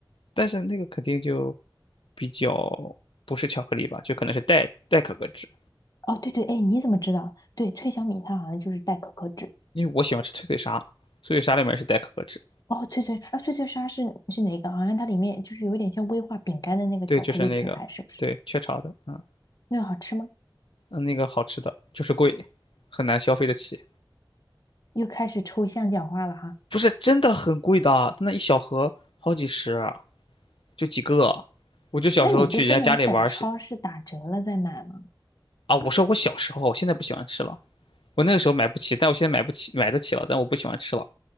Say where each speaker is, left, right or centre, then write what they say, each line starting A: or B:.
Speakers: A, on the left; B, on the left.
A: 但是那个肯定就比较不是巧克力吧，就可能是代代可可脂，
B: 哦，对对，哎，你怎么知道？对，脆香米它好像就是带可可脂。
A: 因为我喜欢吃脆脆鲨，脆脆鲨里面是代可可脂，
B: 哦，脆脆啊，脆脆鲨是是哪个？好像它里面就是有点像威化饼干的那个巧克力品牌，
A: 对，就是那个，
B: 是不是？
A: 对，雀巢的，嗯
B: 那个好吃吗？
A: 嗯那个好吃的，就是贵，很难消费得起，
B: 又开始抽象讲话了哈。
A: 不是真的很贵的，它那一小盒好几十啊，就几个，我就小时候去人家家里玩儿是
B: 那你就不能等超市打折了再买吗？
A: 啊，我说我小时候，现在不喜欢吃了。我那个时候买不起，但我现在买不起，买得起了，但我不喜欢吃了。